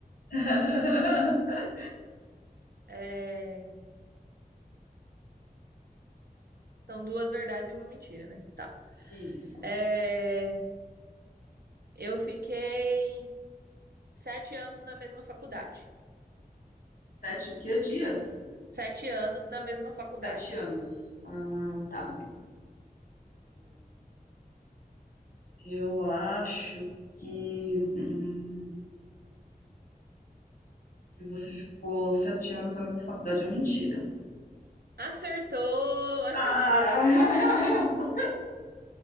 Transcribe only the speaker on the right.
É, são duas verdades e uma mentira, né? Tá.
É, Eu fiquei sete anos na mesma faculdade.
Sete anos na mesma faculdade.
Acertou! Ah,